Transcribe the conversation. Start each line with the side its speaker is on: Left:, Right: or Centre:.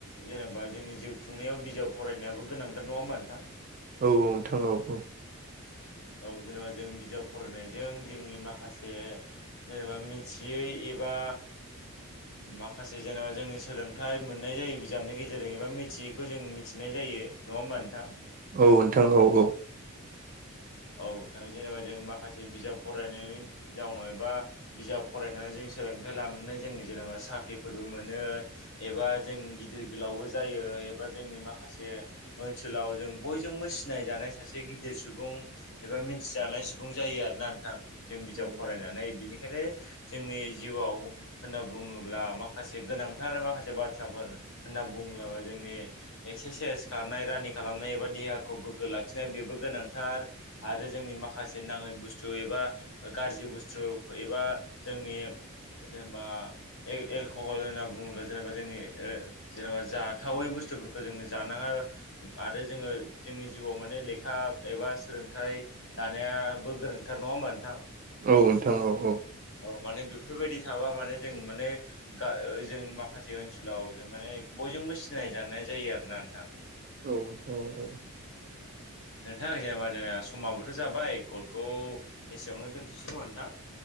Left: जेनेबा जोंनि जिउ खुंनायाव बिजाब फरायनायाबो गोनांथार नङा होमबा नोंथां?
Right: औ औ नोंथां औ औ।
Left: औ जेनेबा जों बिजाब फरायनायजों जोंनि माखासे जेनेबा मिथियै। एबा। माखासे जेनेबा जोंनि सोलोंथाइ मोननाय जायो बिजाबनि गेजेरजों एबा मिथियैखौ जों मिथिनो। नाय जायो नङा होमबा नोंथां।
Right: औ नोंथां औ औ।
Left: औ नोंथां जेनेबा जों माखासे बिजाब फरायनायनि जाउनाव एबा बिजाब फरायनानै जों। सोलोंथाइ लानानै जों जेनेबा साख्रिफोरबो मोनो एबा जों गिदिर गोलावबो जायो। एबा जोंनि माखासे ओनसोलाव जों बयजोंबो सिनायजानाय सासे गिदिर सुबुं। एबा मिथिजानाय सुबुं जायो आरो ना नोंथां। जों
Right: औ
Left: बिजाब
Right: नोंथां
Left: फरायनानै
Right: औ
Left: बिनिखायनो जोंनि जिउआव। होनना बुङोब्ला माखासे गोनांथार माखासे बाथ्राफोर होनना बुंलाबा जोंनि। एक्सारसाइस खारनाय रानिं खालामनाय एबा देहाखौ गोग्गो लाखिनाय बेबो गोनांथार। आरो जोंनि माखासे नाङै बुस थु एबा गाज्रि बुस्थु एबा जोंनि। जेनेबा एल-एलक'हल होनना बुङोब्ला जेनेबा जोंनि ओ जेनेबा जाथावै बुस थुफोरखौ जोङो जानाङा आरो जोङो जोंनि जिउआव माने लेखा एबा सोलोंथाइ लानायाबो गोनांथार नङा होमबा नोंथां?
Right: औ नोंथां औ औ।
Left: अ माने बेफोरबायदि थाबा माने जों माने गा ओ जों माखासे ओनसोलाव जों माने बय जोंबो सिनाय जानाय जायो आरो ना नोंथां
Right: औ औ औ
Left: नोंथां <unintelligible> जोङा समाबोथ' जाबाय कलखौ एसेयावनो दोनथ'सै खोमा नोंथां